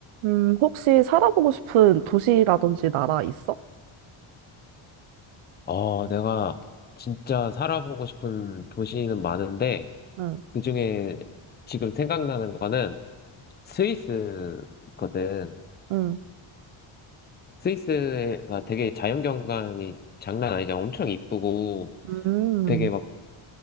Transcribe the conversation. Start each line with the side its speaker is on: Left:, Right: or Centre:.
Right: 음, 혹시 살아보고 싶은 도시라든지 나라 있어?
Left: 어, 내가 진짜 살아보고 싶은 도시는 많은데,
Right: 응,
Left: 그중에 지금 생각나는 거는 스위스거든.
Right: 응,
Left: 스위스가 되게 자연경관이 장난 아니잖아. 엄청 이쁘고,
Right: 음,
Left: 되게 막,